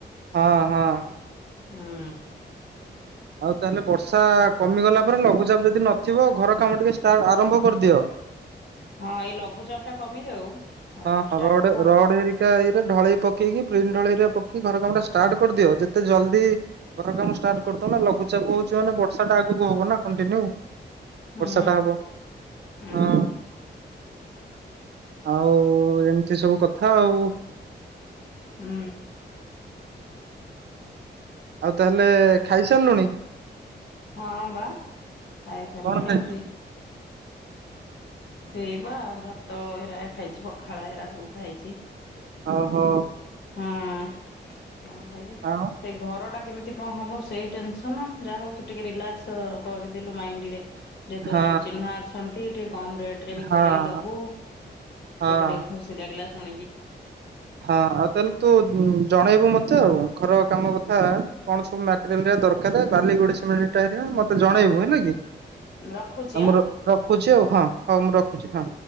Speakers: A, on the right; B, on the left.
A: ହଁ ହଁ।
B: ହୁଁ।
A: ଆଉ ତାହେଲେ ବର୍ଷା କମିଗଲା ପରେ ଲଘୁଚାପ ଯଦି ନଥିବ ଘର କାମ ଟିକେ ଷ୍ଟା ଆରମ୍ଭ କରିଦିଅ।
B: ହଁ ଏଇ ଲଘୁଚାପ ଟା କମିଯାଉ ଘର
A: ହଁ
B: କାମ
A: ଆମର
B: ଷ୍ଟାର୍ଟ
A: ଗୋଟେ
B: ହବ ଆଉ।
A: ରୋଡ ହେଇ କାଇରେ ଢଳେଇ ପକେଇକି ପ୍ରିନଟ୍ ଢଳେଇରେ ପକେଇି ଘର କାମ ଟା ଷ୍ଟାର୍ଟ କରିଦିଅ ଯେତେ ଜଲ୍ଦି ଘର କାମ ଷ୍ଟାର୍ଟ କରିଦଉ ନ ଲଘୁଚାପ ହଉଛି ମାନେ ବର୍ଷା ଟା ଆଗକୁ ହବ ନା କଣ୍ଟିନ୍ୟୁ।
B: ହୁଁ
A: ବର୍ଷା ଟା ହବ
B: ହୁଁ
A: ହଁ ଆଉ ଏମିତି ସବୁ କଥା ଆଉ।
B: ହୁଁ
A: ଆଉ ତାହେଲେ ଖାଇସାରିଲୁଣି?
B: ହଁ ବା ଖାଇ ସାରିଲିଣି
A: କଣ ଖାଇଛୁ
B: ଆଉରି। ସେଇ ବା ଭାତ ଏରା ଖାଇଛି ପଖାଳ ଏରା ସବୁ ଖାଇଛି।
A: ଓହୋ
B: ହଁ କଣ
A: ଆଉ
B: <unintelligible> ସେ ଘର ଟା କେମିତି କଣ ହବ ସେଇ ଟେନସନ ଯାହା ହଉ ତୁ ଟିକେ ରିଲାକ୍ସ କରିଦେଲୁ ମାଇଣ୍ଡ ରେ। ଯେ ତୋର
A: ହଁ
B: ସବୁ ଚିହ୍ନା ଅଛନ୍ତି ଟିକେ କମ ରେଟ ରେ ବି
A: ହଁ ହଁ।
B: କରଇ ଦବୁ
A: ହଁ
B: ସେଇଟା ଟିକେ ଖସି ଶିଲାଗିଲା ଶୁଣିକି।
A: ହଁ ଆଉ ତାହେଲେ ତୁ ଜଣେଇବୁ ମତେ ଆଉ ଘର କାମ କଥା କଣ ସବୁ ମେ ଦରକାର ଦାଲି ଗୋଡ଼ି ସିମେଣ୍ଟ ଇଟା ହେରିକା ମତେ ଜଣେଇବୁ ହେଲା କି।
B: ରଖୁଛି
A: ଆଉ ମୁଁ
B: ଆଁ।
A: ରଖୁଛି ଆଉ ହଁ ହଉ ମୁଁ ରଖୁଛି ହଁ।